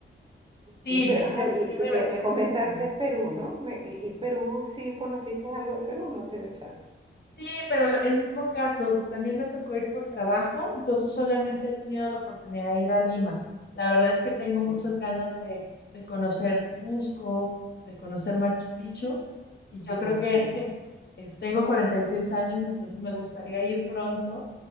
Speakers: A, on the left (about 55°); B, on the right (about 25°).
A: sí,
B: Y pero,
A: yo,
B: ay,
A: yo yo
B: y tú
A: me
B: me,
A: imagino
B: me comentaste
A: que también.
B: Perú, ¿no? Me- y, y Perú, sí conociste algo de Perú, no te dio chance.
A: Sí, pero lo- el mismo caso, también me tocó ir por trabajo, entonces solamente he tenido la oportunidad de ir a Lima. La verdad es que tengo muchas
B: Mm,
A: ganas de, de conocer Cusco, de conocer Machu Picchu, y yo
B: No,
A: creo que
B: sí,
A: <laughs> es- tengo 46 años, entonces me gustaría ir pronto,